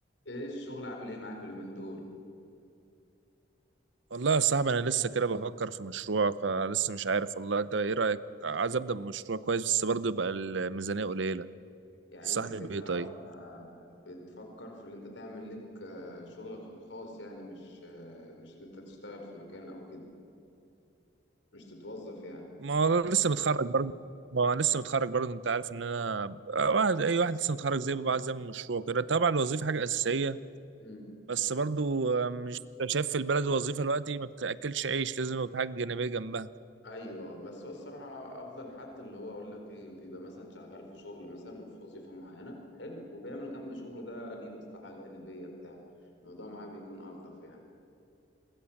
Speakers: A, on the left (about 75°); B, on the right (about 75°).
A: ايه الشغل عامل ايه معاك اليومين دول
B: والله يا صاحبي انا لسه كده بفكر في مشروع فلسه مش عارف والله انت ايه رايك عايز ابدا بمشروع كويس بس برضه يبقى الميزانيه قليله
A: يعني
B: تنصحني
A: انت كده
B: بايه
A: آه،
B: طيب
A: بتفكر في اللي انت تعمل لك آه، شغلك الخاص يعني مش آه، مش اللي انت تشتغل في مكان او كده مش تتوظف يعني
B: ما هو أنا لسه متخرج برضه ما هو أنا لسه متخرج برضه انت عارف ان انا بقى واحد اي واحد لسه متخرج زي ما بيبقى عايز يعمل مشروع كده طبعا الوظيفه حاجه اساسيه
A: امم
B: بس برضه مش أنت شايف في البلد الوظيفه دلوقتي ما بتاكلش عيش لازم يبقى في حاجه جانبيه جنبها
A: ايوه بس هو الصراحه افضل حد اللي هو اقول لك ايه بيبقى مثلا شغال في شغل مثلا وفي وظيفه معينه حلو وبيعمل جنب شغله ده ليه مصلحه جانبيه بتاع الموضوع معاه بيكون الطف يعني